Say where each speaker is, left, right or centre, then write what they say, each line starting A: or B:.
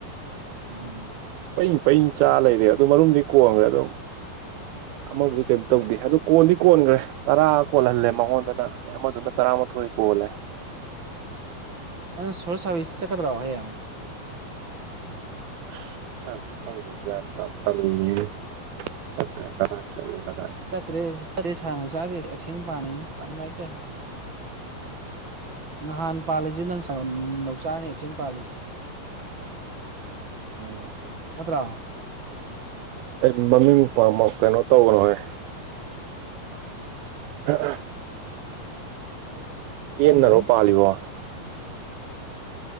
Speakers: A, on the right; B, on the right.
A: ꯎꯝ
B: ꯄꯌꯤꯡ ꯄꯌꯤꯡ ꯆꯥ ꯂꯩꯔꯦ ꯑꯗꯨ ꯃꯔꯨꯝꯗꯤ ꯀꯣꯡꯒ꯭ꯔꯦ ꯑꯗꯨꯝ ꯑꯃꯕꯨꯗꯤ ꯀꯩꯝ ꯇꯧꯗꯦ ꯑꯗꯨ ꯀꯣꯟꯗꯤ ꯀꯣꯟꯒ꯭ꯔꯦ ꯇꯔꯥ ꯀꯣꯜꯍꯜꯂꯦ ꯃꯉꯣꯟꯗꯅ ꯑꯦ ꯑꯃꯗꯨꯅ ꯇꯔꯥꯃꯥꯊꯣꯏ ꯀꯣꯜꯂꯦ
A: ꯅꯪ ꯁꯣꯜ ꯁꯕꯤꯁ ꯆꯠꯀꯗ꯭ꯔꯣ ꯍꯩꯌꯦꯡ
B: ꯑꯁ ꯏꯁꯥꯖꯤꯁꯨ ꯈꯪꯕꯗꯦ ꯒ꯭ꯌꯥꯟ ꯇꯥ ꯇꯜꯂꯤꯅꯦ ꯆꯠꯇ꯭ꯔꯦ ꯀꯗꯥꯏ ꯆꯠꯂꯦ ꯀꯗꯥꯏ
A: ꯆꯠꯇ꯭ꯔꯦ ꯆꯠꯇꯦ ꯁꯥꯔ ꯅꯥꯎꯆꯥꯒꯤ ꯑꯦꯞꯁꯦꯟ ꯄꯥꯟꯅꯅꯤ ꯇꯟꯕ ꯍꯥꯏꯇꯥꯔꯦ ꯅꯍꯥꯟ ꯄꯥꯜꯂꯤꯖꯤ ꯅꯪ ꯁꯥꯎꯟ ꯅꯧꯆꯥꯥꯅ ꯑꯦꯕꯁꯦꯟ ꯄꯥꯜꯂꯤ
B: ꯑꯥ
A: ꯅꯠꯇ꯭ꯔꯣ
B: ꯑꯩ ꯃꯃꯤꯡ ꯄꯥꯃ ꯀꯩꯅꯣ ꯇꯧꯒꯅꯣꯍꯦ ꯑ ꯑꯍ
A: ꯀꯥꯎꯔꯝꯒꯤꯔꯣꯏ
B: ꯌꯦꯟꯅꯔꯣ ꯄꯥꯜꯂꯤꯕꯣ